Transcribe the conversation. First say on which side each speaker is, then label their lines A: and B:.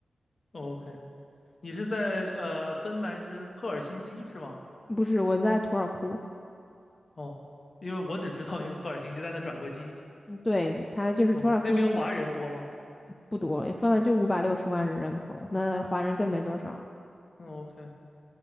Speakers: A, on the left; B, on the left.
A: ，OK。你是在呃芬兰是赫尔辛基是吗？
B: 不是，我在土尔库，
A: 哦，因为我只知道一个赫尔辛基，在那转过机。
B: 嗯，对，它就是土尔库是一嗯
A: OK，那边华人多吗
B: 不多，芬兰就五百六十万人口，那华人更没多少了。
A: ？OK，嗯